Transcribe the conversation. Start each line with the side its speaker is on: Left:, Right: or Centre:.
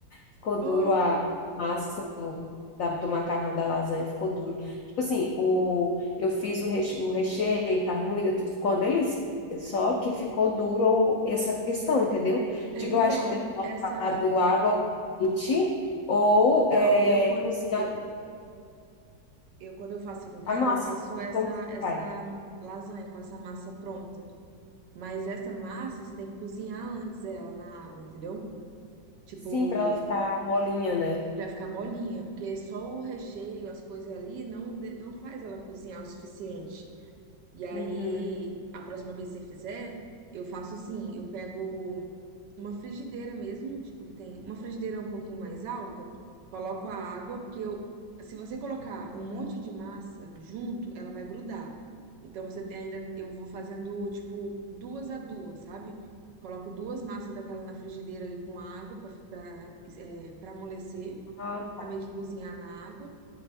Left: Ficou
Right: Ô,
Left: duro a massa do, da- do macarrão da lasanha, ficou duro. Tipo assim, o, eu fiz o, reche, o recheio, carne moída, tudo ficou uma delícia. Só que ficou duro essa questão, entendeu?
Right: É,
Left: Digo,
Right: então,
Left: eu acho que tem que colocar
Right: essa,
Left: do água quente ou
Right: então,
Left: é,
Right: eu quando
Left: cozinhar
Right: eu, eu quando eu faço aqui em casa,
Left: a massa.
Right: eu faço essa
Left: Como que
Right: essa
Left: faz?
Right: lasanha com essa massa pronta. Mas essa massa você tem que cozinhar antes ela na água, entendeu? Tipo,
Left: Sim, para ela ficar molinha, né?
Right: pra ficar molinha, porque só o recheio, as coisas ali não de- não faz ela cozinhar o suficiente. E aí,
Left: Uhum.
Right: a próxima vez que você fizer, eu faço assim, eu pego uma frigideira mesmo, tipo que tem uma frigideira um pouquinho mais alta, coloco a água, porque eu, se você colocar um monte de massa junto, ela vai grudar. Então você tem ainda, eu vou fazendo tipo duas a duas, sabe? Coloco duas massas daquela na frigideira ali com água para para amolecer,
Left: Ah, tá.
Right: para meio que cozinhar na água.